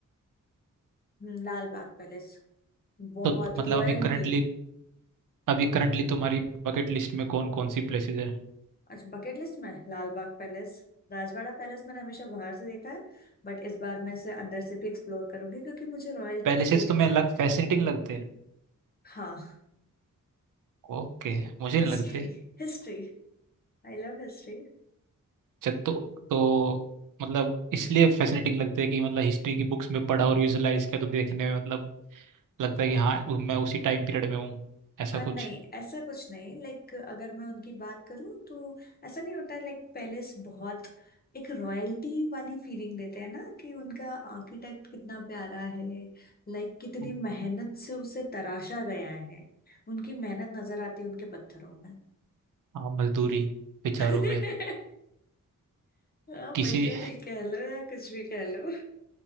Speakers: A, on the left; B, on the right.
A: हम्म, लाल बाग पैलेस बहुत
B: तो मतलब
A: रॉयल्टी
B: अभी करंटली अभी करंटली तुम्हारी बकेट लिस्ट में कौन कौन सी प्लेसेस है
A: अच्छा बकेट लिस्ट में लाल बाग पैलेस राजवाड़ा पैलेस मैंने हमेशा बाहर से देखा है बट इस बार मैं इसे अंदर से भी एक्सप्लोर करूंगी क्योंकि मुझे रॉयल्टी
B: पहले
A: एक्सपीरियंस
B: से तुम्हें
A: करनी
B: अलग
A: है
B: फैसिनेटिंग लगते हैं
A: हाँ
B: ओके मुझे
A: History
B: नहीं लगते
A: history I love history
B: अच्छा तो तो मतलब इसलिए फैसिनेटिंग लगते हैं कि मतलब हिस्ट्री की बुक्स में पढ़ा और विजुलाइज किया तो देखने में मतलब लगता है कि हाँ उ- मैं उसी टाइम पीरियड में हूँ ऐसा
A: आ,
B: कुछ
A: नहीं ऐसा कुछ नहीं लाइक अगर मैं उनकी बात करूं तो ऐसा नहीं होता है लाइक पैलेस बहुत एक रॉयल्टी वाली फीलिंग देते हैं ना कि उनका आर्किटेक्ट कितना प्यारा है लाइक कितनी
B: हम्म।
A: मेहनत से उसे तराशा गया है उनकी मेहनत नजर आती है उनके पत्थरों में
B: हाँ मजदूरी बेचारों
A: <laughs>
B: पे
A: आप
B: किसी
A: मजदूरी कह लो या कुछ भी कह लो